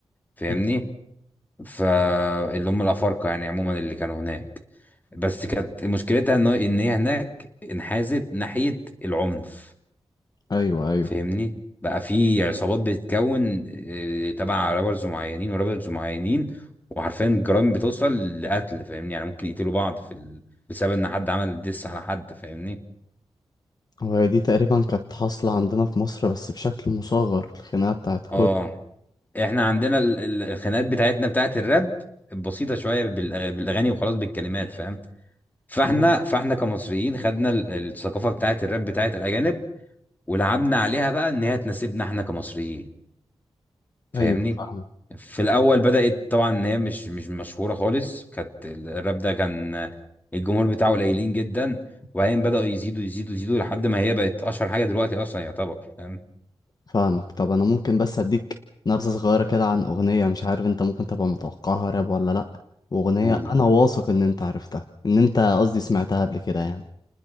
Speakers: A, on the left (about 15°); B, on the left (about 40°).
A: فاهمني
B: مم.
A: فاللي هم الأفارقة يعني عموما اللي كانوا هناك بس كانت مشكلتها إن إن هي هناك انحازت ناحية العنف
B: ايوه ايوه
A: فاهمني بقى في عصابات بتتكون آه، تبع رابرز معينين ورابرز معينين وحرفيا الجرائم بتوصل لقتل فاهمني يعني ممكن يقتلوا بعض في ال... بسبب ان حد عمل ديس على حد فاهمني
B: وهي دي تقريبا كانت حاصلة عندنا في مصر بس بشكل مصغر الخناقة بتاعت كوري
A: اه احنا عندنا ال- ال- الخناقات بتاعتنا بتاعت الراب بسيطة شوية بالأغ- بالاغاني وخلاص بالكلمات فاهم فاحنا
B: مم.
A: فاحنا كمصريين خدنا ال- الثقافة بتاعت الراب بتاعت الاجانب ولعبنا عليها بقى ان هي تناسبنا احنا كمصريين فاهمني
B: ايوه فاهم
A: في الاول بدات طبعا ان هي مش مش مشهوره خالص كانت الراب ده كان الجمهور بتاعه قليلين جدا وبعدين بداوا يزيدوا يزيدوا يزيدوا لحد ما هي بقت اشهر حاجه دلوقتي اصلا يعتبر فاهم
B: فاهمك طب انا ممكن بس اديك نبذة صغيرة كده عن اغنية مش عارف انت ممكن تبقى متوقعها راب ولا لأ واغنية
A: قول
B: انا واثق ان انت عرفتها ان انت قصدي سمعتها قبل كده يعني